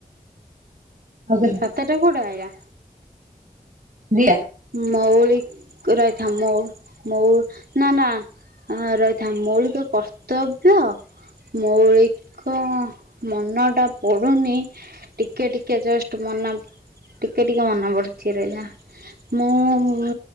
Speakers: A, on the right (about 60°); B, on the right (about 85°).
A: ଆଉ କେତେ?
B: ସତେ ଟା କୋଉଠୁ ଆଇଲା?
A: ଦିଅ।
B: ମଉଳିକ ରହିଥା ମଉ ମଉ ନା ନା ଆଁ ରହି ଥା ମୌଳିକ କର୍ତ୍ତବ୍ୟ ମୌଳିକ ମନଟା ପଡୁନି। ଟିକେ ଟିକେ ଜଷ୍ଟ ମନ ଟିକେ ଟିକେ ମନ ପଡୁଚି ରହିଥା। ମୁଁ ଉଁ